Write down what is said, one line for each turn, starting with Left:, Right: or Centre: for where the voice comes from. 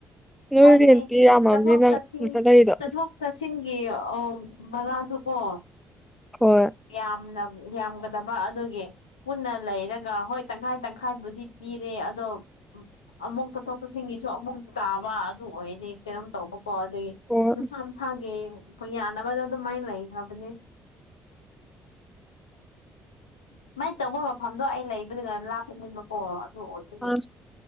Centre: ꯅꯣꯏ
Left: ꯍꯥꯏꯕꯗꯤ
Centre: ꯔꯦꯟꯇꯤ ꯌꯥꯝꯃꯝꯅꯤ
Left: ꯆꯠꯊꯣꯛ
Centre: ꯅꯪ
Left: ꯆꯠ
Centre: ꯅꯊꯟ ꯂꯩꯔꯤꯗꯣ
Left: ꯆꯠꯊꯣꯛ ꯆꯠꯁꯤꯟꯒꯤ ꯀ ꯑ ꯃꯅꯥꯁꯨ ꯀꯣ
Centre: ꯍꯣꯏ
Left: ꯌꯥꯃꯅꯒ ꯌꯥꯝꯒꯗꯕ ꯑꯗꯨꯒꯤ ꯄꯨꯟꯅ ꯂꯩꯔꯒ ꯍꯣꯏ ꯇꯪꯈꯥꯏ ꯇꯪꯈꯥꯏꯕꯨꯗꯤ ꯄꯤꯔꯦ ꯑꯗꯣ ꯑꯃꯨꯛ ꯆꯠꯊꯣꯛ ꯆꯠꯁꯤꯟꯒꯤꯁꯨ ꯑꯃꯨꯛ ꯇꯥꯕ ꯑꯗꯨ ꯑꯣꯏꯔꯗꯤ ꯀꯩꯅꯣꯝ ꯇꯧꯕ ꯀꯣ ꯑꯗꯨꯗꯒꯤ
Centre: ꯑꯣ
Left: ꯃꯁꯥ ꯃꯁꯥꯒꯤ ꯑꯣꯏ ꯌꯥꯅꯕꯗ ꯑꯗꯨꯃꯥꯏꯅ ꯂꯩꯈ꯭ꯔꯕꯅꯦ ꯁꯨꯃꯥꯏꯅ ꯇꯧꯕ ꯃꯐꯝꯗꯣ ꯑꯩ ꯂꯩꯕꯗꯨꯒ ꯂꯥꯞꯄꯅꯤꯡꯕꯀꯣ ꯑꯗꯨ ꯑꯣꯏꯕꯒꯤ
Centre: ꯑꯥ